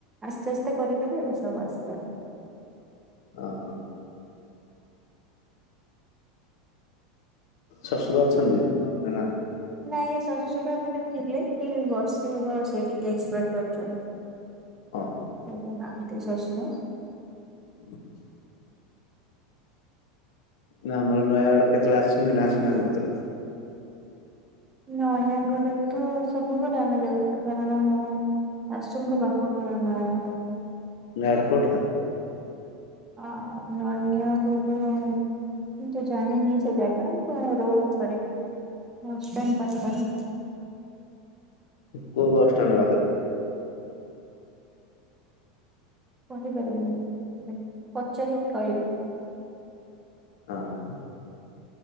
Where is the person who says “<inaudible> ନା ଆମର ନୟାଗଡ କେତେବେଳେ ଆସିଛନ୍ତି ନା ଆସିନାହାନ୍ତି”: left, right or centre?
Left